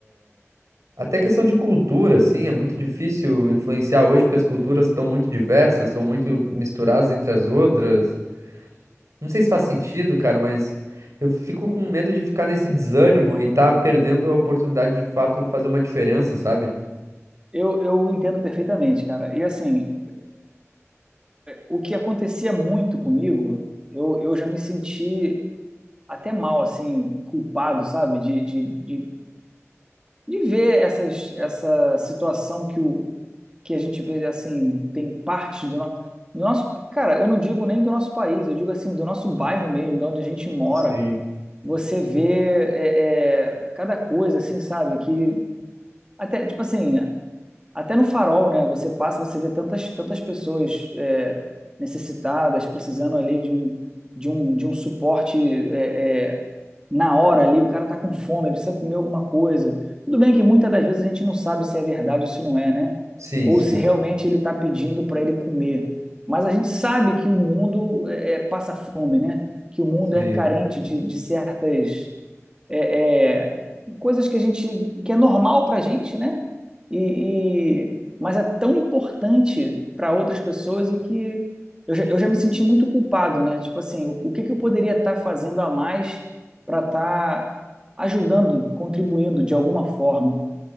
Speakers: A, on the right; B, on the right.
A: Até questão de cultura, assim, é muito difícil influenciar hoje porque as culturas estão muito diversas, estão muito misturadas entre as outras. Não sei se faz sentido, cara, mas eu fico com medo de ficar nesse desânimo e tá perdendo a oportunidade de fato fazer uma diferença, sabe?
B: Eu, eu entendo perfeitamente, cara. E assim, O que acontecia muito comigo, eu, eu já me senti até mal, assim, culpado, sabe? De, de, de, de ver essas, essa situação que, o, que a gente vê, assim, tem parte do, no- do nosso... Cara, eu não digo nem do nosso país, eu digo, assim, do nosso bairro mesmo, de onde a gente mora.
A: Sim.
B: Você vê é, é, cada coisa, assim, sabe? Que até, tipo assim, até no farol, né? Você passa, você vê tantas, tantas pessoas é, necessitadas, precisando ali de um, de um, de um suporte é, é, na hora ali. O cara tá com fome, ele precisa comer alguma coisa. Tudo bem que muitas das vezes a gente não sabe se é verdade ou se não é, né?
A: Sim,
B: Ou
A: sim,
B: se realmente ele tá pedindo para ele comer. Mas a gente sabe que o mundo é, é, passa fome, né? Que o mundo
A: sim.
B: é carente de, de certas é, é, coisas que a gente que é normal para a gente, né? E, e- mas é tão importante para outras pessoas e que eu já, eu já me senti muito culpado, né? Tipo assim, o, o que que eu poderia estar fazendo a mais para estar ajudando, contribuindo de alguma forma?